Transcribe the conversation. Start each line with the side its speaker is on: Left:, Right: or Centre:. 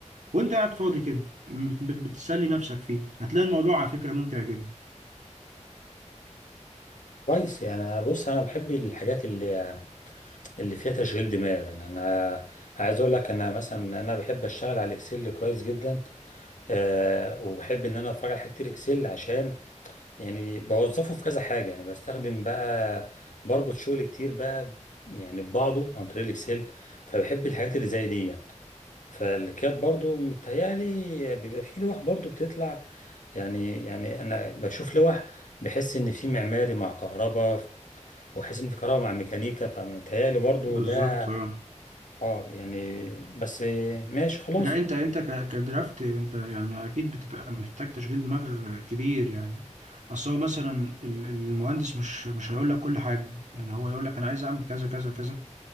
Right: وأنت قاعد فاضي كده بت- بت- بتسلي نفسك فيه هتلاقي الموضوع على فكرة ممتع جدا
Left: كويس يعني أنا- بص انا بحب الحاجات اللي اللي فيها تشغيل دماغ يعني انا عايز اقول لك انا مثلا انا بحب اشتغل على الاكسل كويس جدا آه وبحب ان انا اتفرج على حاجات كتير اكسل عشان يعني بوظفه في كذا حاجه يعني بستخدم بقى بربط شغل كتير بقى يعني ببعضه عن طريق الاكسل فبحب الحاجات اللي زي دي فالكيات برضو متهيألي بيبقى فيه لوح برضو بتطلع يعني يعني انا بشوف لوح بحس ان في معماري مع كهرباء وحس ان في كهرباء مع ميكانيكا فمتهيألي برضو
Right: بالظبط
Left: ده
Right: اه
Left: اه يعني بس ماشي خلاص
Right: لا أنت أنت ك- كدرافت أنت يعني أكيد بتبقى محتاج تشغيل دماغ كبير يعني أصل هو مثلا ال- المهندس مش مش هيقول لك كل حاجة يعني هو يقول لك أنا عايز أعمل كذا كذا كذا